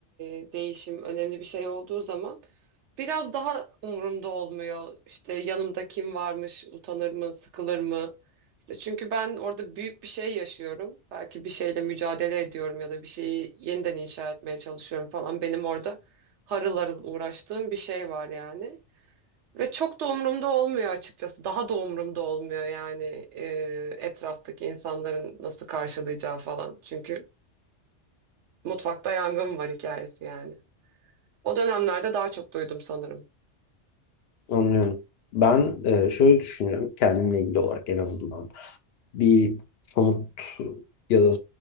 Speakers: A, on the right (about 75°); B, on the left (about 65°).
A: e, değişim, önemli bir şey olduğu zaman biraz daha umurumda olmuyor. İşte yanımda kim varmış, utanır mı, sıkılır mı? İşte çünkü ben orada büyük bir şey yaşıyorum. Belki bir şeyle mücadele ediyorum ya da bir şeyi yeniden inşa etmeye çalışıyorum falan. Benim orada harıl harıl uğraştığım bir şey var yani. Ve çok da umurumda olmuyor açıkçası. Daha da umurumda olmuyor yani e, etraftaki insanların nasıl karşılayacağı falan. Çünkü mutfakta yangın var hikayesi yani. O dönemlerde daha çok duydum sanırım.
B: Anlıyorum. Ben e, şöyle düşünüyorum kendimle ilgili olarak en azından bir somut ya da